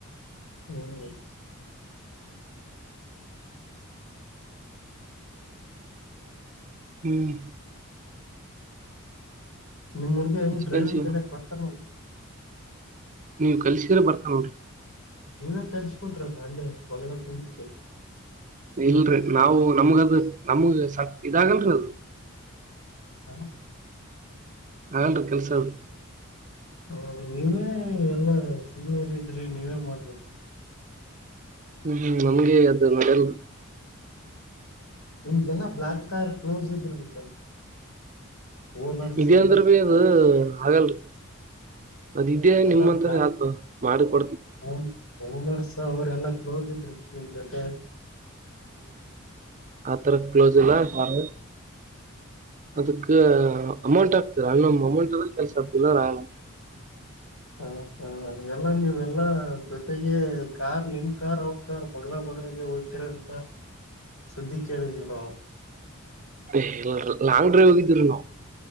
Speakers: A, on the left (about 85°); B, on the right (about 35°).
A: ಹ್ಮ್
B: ಹ್ಮ್
A: ನಿಮ್ ಹುಡ್ಗ ಹೆಂಗ
B: ಎಕ್ಸ್ಪೆನ್ಸಿವ್
A: ಡ್ರೈವಿಂಗ್ ಕಲ್ಯಾಕ್ ಬರ್ತ್
B: ನೀವ ಕಲ್ಸಿದ್ರ ಬರ್ತಾಳ ನೋಡ್ರಿ.
A: ನೀವೇ ಕಲ್ಚ್ ಕೊಟ್ರದಲ್ಲೆ ಮಗಲಾಗ್ ಕುಂತಕೆ.
B: ಇಲ್ರಿ ನಾವು ನಮಗದು ನಮಗ ಸ ಇದಾಗಲ್ರಿ ಅದ.
A: ಹ
B: ಆಗಲ್ರಿ ಕೆಲ್ಸದು.
A: ಹ ನೀವೇ ಎಲ್ಲ ಸೀನಿಯರ್ ಇದ್ರಿ ನೀವೇ ಮಾಡಬೇಕ.
B: ಹ್ಮ್ ನಮ್ಗೆ ಅದು ನಡ್ಯಲ.
A: ನಿಮಗೆಲ್ಲ ಬ್ಲಾಕ್ ಕಾರ್ ಕ್ಲೋಸ್ ಇದಿರ್ಬೇಕಲ್ಲ. ಓನರ್ಸ್
B: ಇದೆ ಅಂದುರ್ಬಿ
A: ಅವರೆಲ್ಲ
B: ಅದು ಅಗಲ್ರಿ. ಅ ಇದೇ
A: ಎಲ್ಲಾ
B: ನಿಮ್ಮೊಂತೊರಿಗ್
A: ಬ್ಲಾಕ್
B: ಆತದ ಮಾಡಕೊ
A: ಓಮ್ ಓನರ್ಸ್ ಅವ್ರೆಲ್ಲಾ ಕ್ಲೋಸ್ ಇದ್ದಿರಬೇಕ್ ನಿಮ್ ಜೊತೆ.
B: ತರ ಕ್ಲೋಸ್ ಇಲ್ಲ ಪಾರ್ವೈ ಅದಕ್ಕ ಅಮೌಂಟ್. ಇರಣ್ಣಮ್ ಅಮೌಂಟ್ ಇದ್ರ ಕೆಲ್ಸ ಆತದ ಇಲ್ಲ ಅಂದ್ರ ಆಗಲ್.
A: ಹ ಹ ಎಲ್ಲ ನೀವೆಲ್ಲಾ ಜೊತೆಗೆ ಕಾರ್ ನಿಮ್ ಕಾರ್ ಅವ್ರ ಕಾರ್ ಬಗಲಗ ಬಗ ಬಗಲಗೆ ಹೊತಿರಂತ ಸುದ್ದಿ ಕೇಳಿದ್ವಿ ನಾವು.
B: ಹೆ ಇಲ್ರ ಲಾಂಗ್ ಡ್ರೈವ್ ಹೋಗಿದ್ದೇವ್ರಿ ನಾವ್.